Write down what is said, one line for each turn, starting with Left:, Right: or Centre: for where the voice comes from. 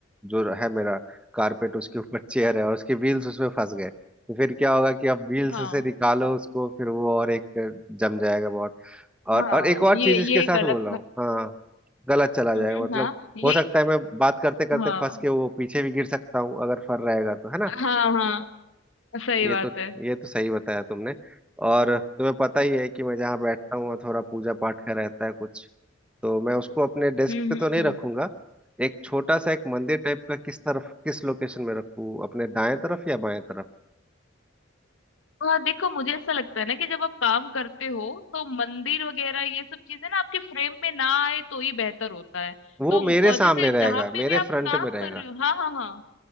Centre: जो है मेरा कारपेट उसके ऊपर चेयर है और उसके व्हील्स उसमें फंस गए तो फिर क्या होगा कि अब व्हील्स
Left: हाँ
Centre: से निकालो उसको फिर वो और एक जम जाएगा बहुत और
Left: हाँ
Centre: और एक और
Left: ये
Centre: चीज इसके
Left: ये
Centre: साथ
Left: एक अलग
Centre: बोल रहा हूँ हाँ गलत चला जाएगा
Left: हम्म,
Centre: मतलब
Left: हाँ यही
Centre: हो सकता है मैं बात करते करते
Left: हाँ
Centre: फंस के वो पीछे भी गिर सकता हूँ अगर फर रहेगा तो है ना
Left: हाँ हाँ सही
Centre: ये
Left: बात
Centre: तो
Left: है
Centre: ये तो सही बताया तुमने और तुम्हें पता ही है कि मैं जहाँ बैठता हूँ वहाँ थोड़ा पूजा पाठ का रहता है कुछ तो मैं उसको अपने डेस्क
Left: हम्म
Centre: पे
Left: हम्म
Centre: तो नहीं
Left: हम्म।
Centre: रखूंगा एक छोटा सा एक मंदिर टाइप का किस तरफ किस लोकेशन में रखूँ अपने दाएं तरफ या बाएं तरफ
Left: तो हाँ देखो मुझे ऐसा लगता है ना कि जब आप काम करते हो तो मंदिर वगैरह ये सब चीजें ना आपके फ्रेम में ना आए तो ही बेहतर होता है
Centre: वो
Left: तो
Centre: मेरे सामने
Left: अ, जैसे जहाँ
Centre: रहेगा
Left: पे
Centre: मेरे
Left: भी आप
Centre: फ्रंट
Left: काम
Centre: में रहेगा
Left: कर रहे हो हाँ हाँ हाँ